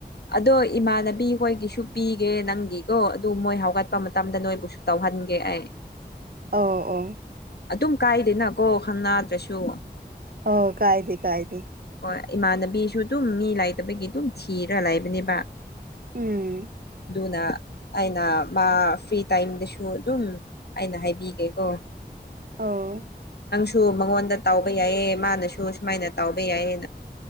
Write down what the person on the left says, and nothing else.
ꯑꯗꯣ ꯏꯃꯥꯟꯅꯕꯤꯈꯣꯏꯒꯤꯁꯨ ꯄꯤꯒꯦ ꯅꯪꯒꯤꯀꯣ ꯑꯗꯨ ꯃꯣꯏ ꯍꯧꯒꯠꯄ ꯃꯇꯝꯗ ꯅꯣꯏꯕꯨꯁꯨ ꯇꯧꯍꯟꯅꯤꯡ ꯇꯧꯍꯟꯒꯦ ꯑꯩ
ꯑꯗꯨꯝ ꯀꯥꯏꯗꯦꯅꯀꯣ ꯈꯪꯅꯗ꯭ꯔꯁꯨ
ꯍꯣꯏ ꯏꯃꯥꯟꯅꯕꯤꯁꯨ ꯑꯗꯨꯝ ꯃꯤ ꯂꯩꯇꯕꯒꯤ ꯑꯗꯨꯝ ꯊꯤꯔ ꯂꯩꯕꯅꯦꯕ
ꯑꯗꯨꯅ ꯑꯩꯅ ꯃꯥ ꯐ꯭ꯔꯤ ꯇꯥꯏꯝꯗꯁꯨ ꯑꯗꯨꯝ ꯑꯩꯅ ꯍꯥꯏꯕꯤꯒꯦꯀꯣ
ꯇꯨ ꯃꯉꯣꯟꯗ ꯇꯥꯎꯧꯕ ꯌꯥꯏꯌꯦ ꯃꯥꯅꯁꯨ ꯁꯨꯃꯥꯏꯅ ꯇꯥꯎ ꯕ ꯌꯥꯏ ꯍꯥꯏꯅ